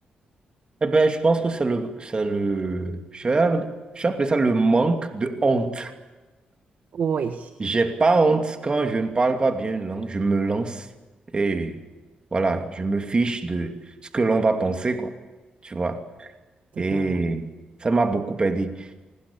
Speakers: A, on the right; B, on the right.
A: Eh ben je pense que c'est le, c'est le, je vais, je vais appeler ça le manque de honte.
B: Oui,
A: J'ai pas honte quand je ne parle pas bien une langue. Je me lance et voilà, je me fiche de ce que l'on va penser, quoi. Tu vois?
B: <laughs> totalement.
A: Et ça m'a beaucoup aidé.